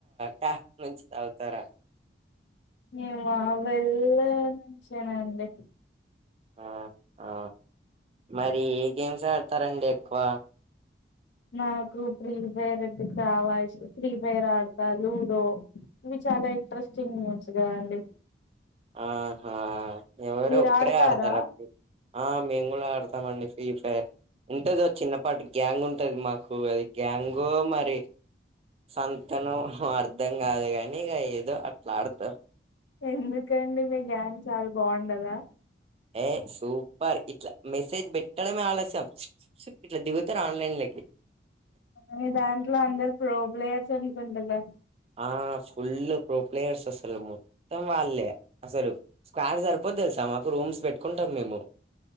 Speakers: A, on the right; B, on the left.
A: ట్యాప్ నుంచి తాగుతారా
B: నీ వ వెల్ నుంచేనండి.
A: ఆ ఆ మరి ఏ గేమ్స్ ఆడతారండి ఎక్కువ
B: నాకు ఫ్రీ ఫైర్ అంటే చాలా ఇష్టం ఫ్రీ ఫైర్ ఆడతాను రో ఇవి చాలా ఇంట్రెస్టింగ్ నుంచిగా అండి.
A: ఆహా ఎవరు
B: మీరు
A: ఒక్కరే
B: ఆడతారా
A: ఆడతార ఆ మేము కూడా ఆడతామండి ఫ్రీ ఫైర్ ఉంటదో చిన్నపాటి గ్యాంగ్ ఉంటది మాకు అది గ్యాంగో మరి సంతనో అర్థం కాదు కానీ ఇక ఏదో అట్లా ఆడతాం.
B: ఎందుకండి మీ గ్యాంగ్ చాలా బాగుండదా
A: ఏ సూపర్ ఇట్లా మెసేజ్ పెట్టడమే ఆలస్యం ఇట్లా దిగుతారు ఆన్లైన్లోకి
B: మీ దాంట్లో అందరు ప్రోబ్లయర్స్ అనుకుండగా
A: ఆ ఫుల్ ప్రో ప్లేయర్స్ అసలు మొత్తం వాళ్ళే అసలు స్క్వేర్ సరిపోద్దు తెలుసా మాకు రూమ్స్ పెట్టుకుంటాం మేము